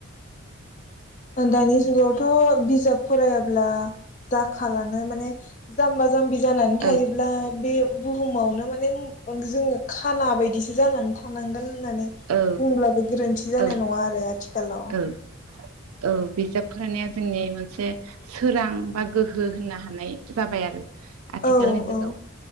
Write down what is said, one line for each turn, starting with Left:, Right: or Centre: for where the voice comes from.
Left: ओन्दैनि जुगावथ' बिजाब फरायाब्ला जाखालानो माने जाम्बा जाम्बि जानानै थायोब्ला
Right: औ
Left: बे बुहुमावनो माने जोङो खाना बायदिसिना जानानै थानांगोन होननानै
Right: औ
Left: बुंब्लाबो गोरोन्थि जानाय
Right: औ
Left: नङा आरो आथिखालाव।
Right: औ औ बिजाब फरायनाया जोंनि मोनसे सोरां बा गोहो होननो हानाय जाबाय आरो। आथिखालनि
Left: औ
Right: जुगाव
Left: औ